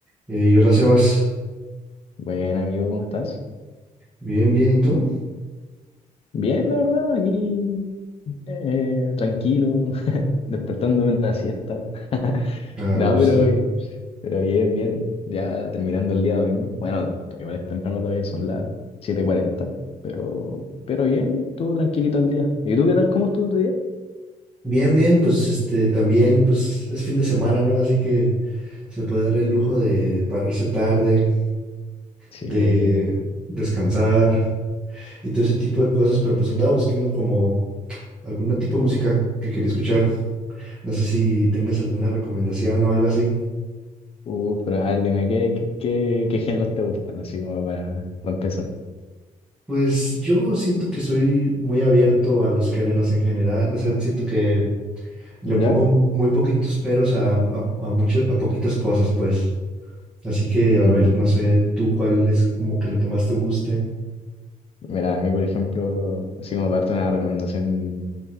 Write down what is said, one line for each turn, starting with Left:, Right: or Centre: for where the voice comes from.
Centre: Eh, hola Sebas,
Left: Buen amigo, ¿cómo estás?
Centre: bien, bien, ¿y tú?
Left: Bien, la verdad, aquí eh, tranquilo, <laughs> despertando de una siesta.
Centre: A
Left: No,
Centre: gusto.
Left: pero, pero bien, bien, ya terminando el día domingo. Bueno, igual es temprano todavía, son las siete cuarenta pero, pero bien, todo tranquilito el día. ¿Y tú qué tal? ¿Cómo estuvo tu día?
Centre: Bien, bien, pues este también, pues es fin de semana, ¿no? Así que se puede dar el lujo de pararse tarde,
Left: Sí,
Centre: de descansar y todo ese tipo de cosas, pero pues andaba buscando como algún tipo de música que quería escuchar. No sé si tengas alguna recomendación o algo así.
Left: uff pero a ver, dime, ¿qué, qué, qué- qué géneros te gustan? Así como para, para empezar.
Centre: Pues yo siento que soy muy abierto a los géneros en general, o sea, siento que le
Left: ¿Ya?
Centre: pongo muy poquitos peros a, a, a mucho- a poquitas cosas, pues. Así que,
Left: Mm,
Centre: a ver, no sé tú cuál es como que lo que más te guste.
Left: mira, a mí, por ejemplo, así como parte de una recomendación,